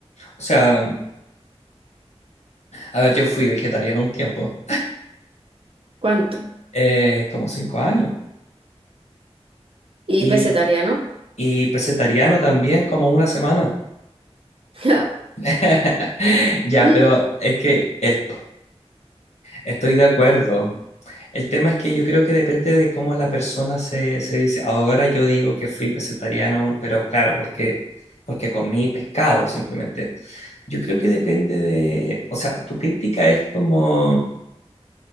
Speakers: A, on the left; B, on the right.
A: O sea, a ver, yo fui vegetariano un tiempo,
B: ¿Cuánto?
A: eh, como cinco años,
B: Y
A: y,
B: pescetariano.
A: y pescetariano también como una semana.
B: <laughs>
A: <laughs> Ya,
B: Mm,
A: pero es que esto, estoy de acuerdo. El tema es que yo creo que depende de cómo la persona se, se dice. Ahora yo digo que fui pescetariano, pero claro, porque, porque comí pescado simplemente. Yo creo que depende de, o sea, tu crítica es como